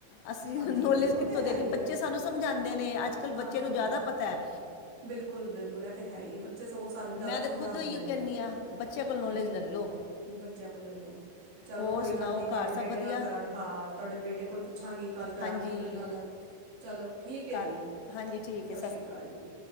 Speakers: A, on the left; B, on the right.
A: ਅਸੀਂ
B: ਹਾਂਜੀ
A: ਨੌਲੇਜ
B: ਉਹ
A: ਕਿੱਥੋਂ
B: ਤੇ ਹੈ
A: ਦੇਣੀ
B: ਹੀ ਹੈ
A: ਬੱਚੇ ਸਾਨੂੰ ਸਮਝਾਉਂਦੇ ਨੇ ਅੱਜ ਕੱਲ੍ਹ
B: ਹਾਂ
A: ਬੱਚੇ ਨੂੰ ਜ਼ਿਆਦਾ ਪਤਾ ਹੈ।
B: ਬਿਲਕੁਲ ਬਿਲਕੁਲ ਇਹ ਤਾਂ ਹੈ ਹੀ ਹੈ ਬੱਚ ਬੱਚੇ ਸਗੋਂ ਸਾਨੂੰ ਜ਼ਿਆਦਾ
A: ਮੈਂ ਤਾਂ
B: ਸਮਝਾ
A: ਖੁਦ
B: ਦਿੰਦੇ
A: ਇਹੋ
B: ਨੇ
A: ਕਹਿੰਦੀ ਆ ਬੱਚੇ ਕੋਲ ਨੌਲੇਜ
B: ਹਮ।
A: ਲੈ ਲਓ
B: ਬੱਚਿਆਂ ਕੋਲ ਲੈਲੋ ਚਲੋ
A: ਹੋਰ
B: ਕੋਈ
A: ਸੁਣਾਓ
B: ਗੱਲ ਨੀ ਤੁਹਾਡੇ
A: ਘਰ ਸਭ
B: ਬੇਟੇ
A: ਵਧੀਆ
B: ਨਾਲ ਕਰਾਂਗੇ ਹਾਂ ਤੁਹਾਡੇ ਬੇਟੇ ਕੋਲ ਪੁੱਛਾਂਗੀ ਗੱਲ ਕਰਾਂਗੀ
A: ਹਾਂਜੀ
B: ਉਹਦੇ ਨਾਲ ਚਲੋ ਠੀਕ ਹੈ
A: ਘਰ
B: ਜੀ,
A: ਹਾਂਜੀ ਠੀਕ
B: ਸਤਿ
A: ਹੈ
B: ਸ਼੍ਰੀ ਅਕਾਲ ਜੀ।